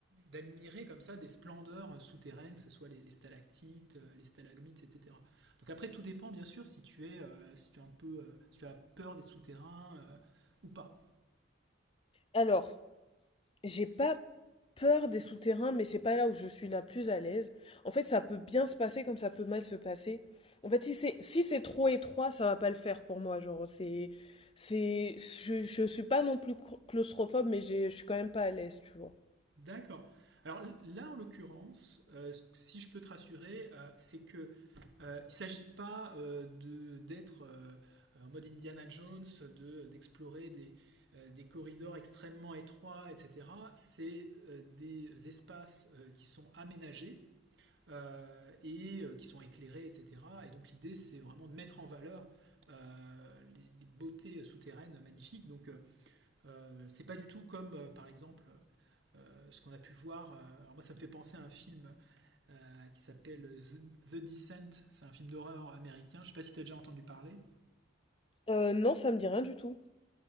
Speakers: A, on the right (about 60°); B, on the left (about 25°).
A: d'admirer comme ça des splendeurs euh, souterraines, que ce soit les, les, stalactites, euh, les stalagmites, etc. Donc après, tout dépend bien sûr si tu es, euh, si tu es un peu, euh, si tu as peur des souterrains euh, ou pas.
B: Alors, j'ai pas peur des souterrains, mais c'est pas là où je suis la plus à l'aise. En fait, ça peut bien se passer comme ça peut mal se passer. En fait, si c'est si c'est trop étroit, ça va pas le faire pour moi. Genre, c'est c'est je je suis pas non plus cla- claustrophobe, mais j'ai- je suis quand même pas à l'aise, tu vois.
A: D'accord. Alors là, en l'occurrence, euh, si je peux te rassurer, euh, c'est que euh, il s'agit pas euh, de d'être euh, en mode Indiana Jones, de d'explorer des euh, des corridors extrêmement étroits, etc. C'est euh, des espaces euh, qui sont aménagés euh, et euh, qui sont éclairés, etc. Et donc l'idée, c'est vraiment de mettre en valeur euh, les, les beautés souterraines magnifiques. Donc euh, euh, c'est pas du tout comme, euh, par exemple, euh, ce qu'on a pu voir. euh, alors moi, ça me fait penser à un film euh, qui s'appelle The, The Descent. C'est un film d'horreur américain. Je sais pas si tu as déjà entendu parler.
B: Euh, non, ça me dit rien du tout.